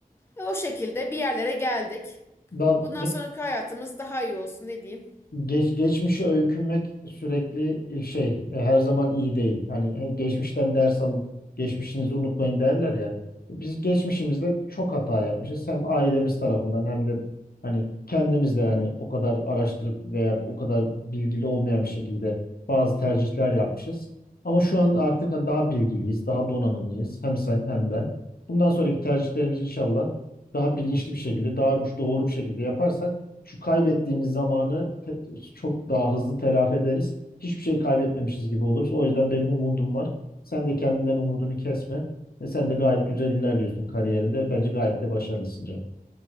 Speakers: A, on the left; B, on the left.
A: Ve o şekilde bir yerlere geldik.
B: Daha,
A: Bundan sonraki hayatımız daha iyi olsun ne diyeyim.
B: Geç, geçmişe öykünmek sürekli e, şey e, her zaman iyi değil. Hani e, geçmişten ders alın, geçmişinizi unutmayın derler ya. E, Biz geçmişimizde çok hata yapmışız. Hem ailemiz tarafından hem de hani kendimiz de yani o kadar araştırıp veya o kadar bilgili olmayan bir şekilde bazı tercihler yapmışız. Ama şu an artık daha bilgiliyiz, daha donanımlıyız. Hem sen hem ben. Bundan sonraki tercihlerimizi inşallah daha bilinçli bir şekilde, daha doğru bir şekilde yaparsak şu kaybettiğimiz zamanı te- çok daha hızlı telafi ederiz. Hiçbir şey kaybetmemişiz gibi oluruz. O yüzden benim umudum var. Sen de kendinden umudunu kesme. Ve sen de gayet güzel ilerliyorsun kariyerinde. Bence gayet de başarılısın canım.